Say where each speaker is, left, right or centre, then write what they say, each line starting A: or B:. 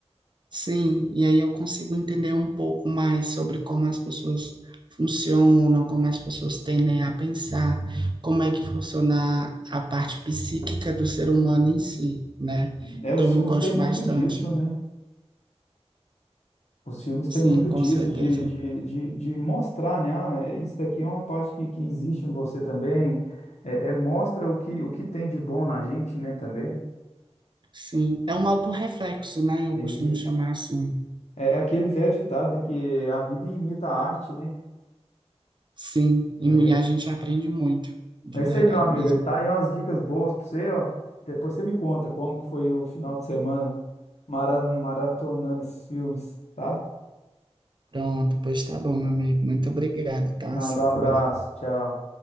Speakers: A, on the right (about 45°); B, on the left (about 80°).
A: Sim, e aí eu consigo entender um pouco mais sobre como as pessoas funcionam, como as pessoas tendem a pensar, como é que funciona a parte psíquica do ser humano em si, né?
B: É,
A: Então
B: os filmes
A: eu gosto
B: têm muito
A: bastante.
B: disso, né? Os filmes
A: Sim,
B: têm muito
A: com
B: disso,
A: certeza.
B: de, de, de, de mostrar, né? Ah, é, isso daqui é uma parte que, que existe em você também. É, é, mostra o que, o que tem de bom na gente, né, também.
A: Sim, é um autorreflexo, né? Eu
B: É
A: costumo
B: isso.
A: chamar assim.
B: É é aquele velho ditado, né? Que a vida imita a arte, né?
A: Sim, e
B: Uhum.
A: mu- e a gente aprende muito, de
B: É isso
A: verdade
B: aí, meu amigo.
A: mesmo.
B: Tá aí umas dicas boas pra você, ó. Depois você me conta como que foi o final de semana mara- maratonando esses filmes, tá?
A: Pronto, pois tá bom, meu amigo. Muito obrigado, tá?
B: De nada,
A: Se
B: um abraço.
A: cuida.
B: Tchau.